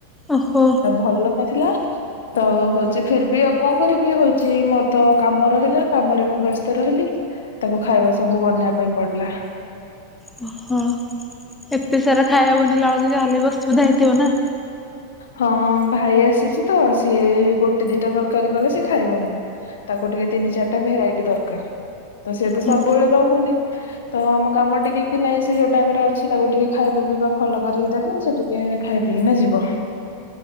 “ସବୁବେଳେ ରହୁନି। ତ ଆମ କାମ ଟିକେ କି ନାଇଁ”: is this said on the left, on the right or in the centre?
Left